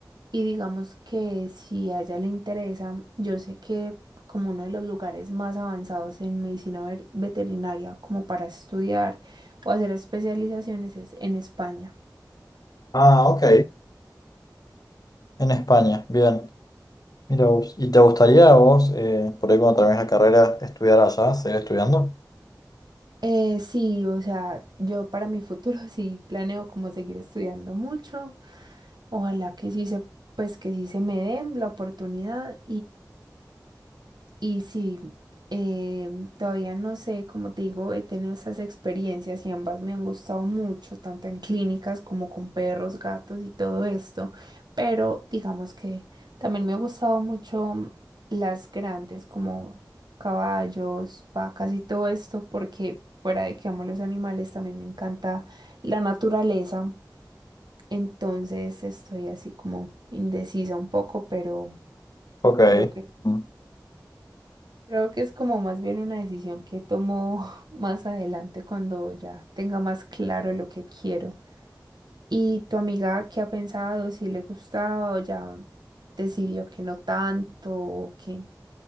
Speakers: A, on the right; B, on the left.
A: y digamos que si a ella le interesa, yo sé que como uno de los lugares más avanzados en medicina ver- veterinaria como para estudiar o hacer especializaciones es en España.
B: Ah, ok. En España, bien. Mira vos. ¿Y te gustaría a vos, eh, por ahí cuando termines la carrera, estudiar allá, seguir estudiando?
A: Eh, sí, o sea, yo para mi futuro <laughs> sí planeo como seguir estudiando mucho. Ojalá que sí se, pues que sí se me dé la oportunidad y sí, eh, todavía no sé, como te digo, he tenido esas experiencias y ambas me han gustado mucho, tanto en clínicas como con perros, gatos y todo esto, pero digamos que también me ha gustado mucho las grandes como caballos, vacas y todo esto, porque fuera de que amo los animales, también me encanta la naturaleza, entonces estoy así como indecisa un poco, pero
B: Ok.
A: creo que...
B: Mm.
A: Creo que es como más bien una decisión que tomo <laughs> más adelante cuando ya tenga más claro lo que quiero. ¿Y tu amiga qué ha pensado? ¿Si le gustaba o ya decidió que no tanto? o qué?